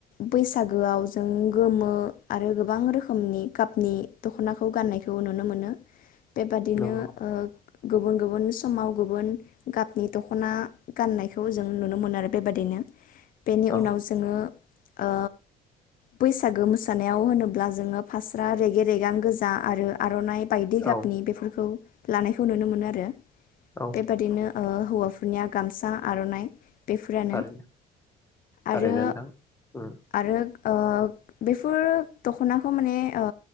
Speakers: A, on the left; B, on the left.
A: बैसागोआव जों गोमो आरो गोबां रोखोमनि गाबनि दख'नाखौ गाननायखौ नुनो मोनो। बेबादिनो
B: नंगौ
A: ओ गुबुन गुबुन समाव गुबुन गाबनि दख'ना गाननायखौ जों नुनो मोनो आरो बेबादिनो। बेनि
B: औ
A: उनाव जोङो ओ बैसागो मोसानायाव होनोब्ला जोङो फास्रा रेगे-रेगां गोजा आरो आर'नाइ बायदि गाबनि
B: औ
A: बेफोरखौ लानायखौ नुनो मोनो आरो।
B: औ
A: बेबादिनो ओ हौवाफोरनिया गामसा आर'नाइ बेफोरानो
B: थारैनो थारैनो
A: आरो
B: नोंथां उम
A: आरो ओ बेफोर दख'नाखौ माने ओ